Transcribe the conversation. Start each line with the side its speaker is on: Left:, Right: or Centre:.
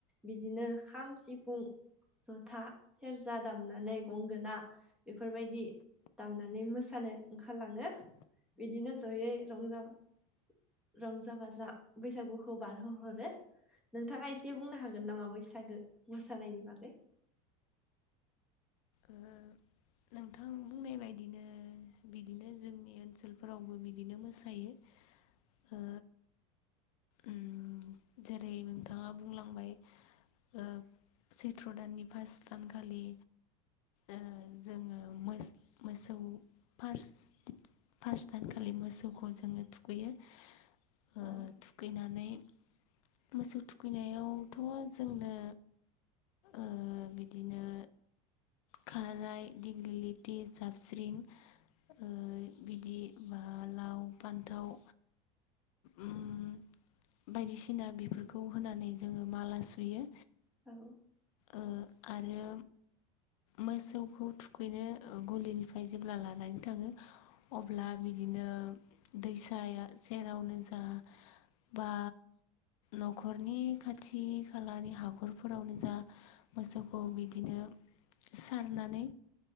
Centre: बिदिनो खाम सिफुं जथा सेरजा दामनानै गंगोना बेफोरबायदि दामनानै मोसानो ओंखारलाङो। बिदिनो जयै रंजाबा रंजा बाजा बैसागुखौ बारहोहरो नोंथाङा एसे बुंनो हागोन नामा बैसागो मोसानायनि बागै।
Left: ओ। नोंथां बुंनाय बायदिनो बिदिनो जोंनि ओनसोलफोरावबो बिदिनो मोसायो। ओ उम जेरै नोंथाङा बुंलांबाय। ओ सैथ्र' दाननि फास दानखालि ओ जोङो मोस मोसौ फार्स फार्स्ट दानखालि मोसौखौ जोङो थुखैयो।
Centre: औ
Left: ओ थुखैनानै मोसौ थुखैनायावथ' जोंनो ओ बिदिनो। खाराइ दीग्लिलिति जाबस्रिं ओ बिदि बा लाव बान्थाव उम। बायदिसिना बिफोरखौ होनानै जोङो माला सुयो।
Centre: औ।
Left: ओ आरो मोसौखौ थुखैनो ओ गलिनिफ्राय जेब्ला लानानै थाङो अब्ला बिदिनो दैसाया सेरावनो जा बा न'खरनि खाथि खालानि हाखरफोरावनो जा मोसौखौ बिदिनो सारनानै